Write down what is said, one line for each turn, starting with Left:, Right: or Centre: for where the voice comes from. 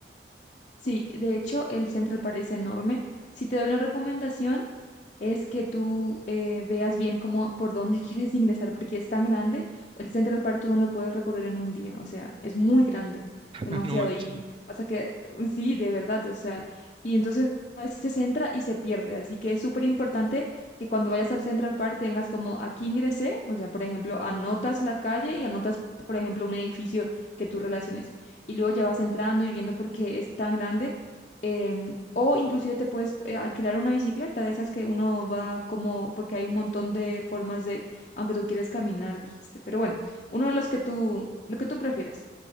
Left: Sí, de hecho el Central parece enorme. Si te doy una recomendación, es que tú eh, veas bien cómo, por dónde <laughs> quieres ingresar, porque es tan grande. El Central Park tú no lo puedes recorrer en un día, o sea, es muy grande,
Right: <laughs>
Left: demasiado.
Right: No manches.
Left: Y pasa que, sí, de verdad, o sea, y entonces a veces se entra y se pierde. Así que es súper importante que cuando vayas al Central Park tengas como aquí ingresé, o sea, por ejemplo, anotas la calle y anotas, por ejemplo, un edificio que tú relaciones. Y luego ya vas entrando y viendo porque es tan grande em, o inclusive te puedes eh, alquilar una bicicleta de esas que uno va como, porque hay un montón de formas de, aunque tú quieres caminar, dijiste, pero bueno, uno de los que tú, lo que tú prefieras.